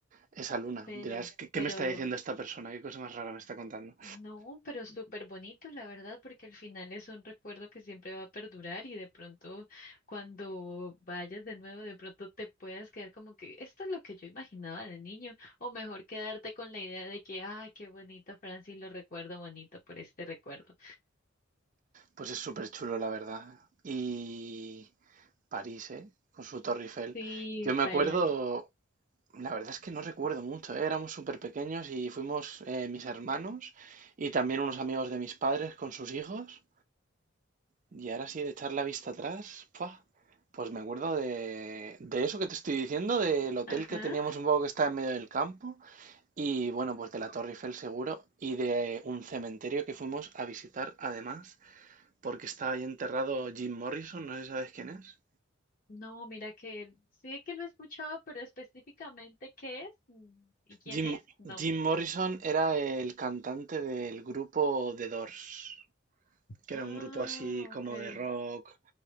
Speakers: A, on the right; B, on the left.
A: esa luna.
B: Pero,
A: Dirás, ¿qué, qué
B: pero
A: me está diciendo esta persona? ¿Qué cosa más rara me está contando?
B: No, pero súper bonito, la verdad, porque al final es un recuerdo que siempre va a perdurar y de pronto cuando vayas de nuevo, de pronto te puedas quedar como que esto es lo que yo imaginaba de niño, o mejor quedarte con la idea de que, ay, qué bonito Francis, lo recuerdo bonito por este recuerdo.
A: Pues es súper chulo, la verdad. Y... París, ¿eh? Con su Torre Eiffel.
B: Sí,
A: Yo me
B: París.
A: acuerdo, la verdad es que no recuerdo mucho, ¿eh? Éramos súper pequeños y fuimos eh, mis hermanos y también unos amigos de mis padres con sus hijos. Y ahora sí, de echar la vista atrás, ¡fua! pues me acuerdo de, de eso que te estoy diciendo, del hotel
B: Ajá.
A: que teníamos un poco que estaba en medio del campo y bueno, pues de la Torre Eiffel seguro y de un cementerio que fuimos a visitar además porque estaba ahí enterrado Jim Morrison, no sé si sabes quién es.
B: No, mira que sí que lo he escuchado, pero específicamente qué es mm, y quién
A: Jim,
B: es, no.
A: Jim Morrison era el cantante del grupo The Doors, que
B: Ah,
A: era un grupo así como
B: ok.
A: de rock,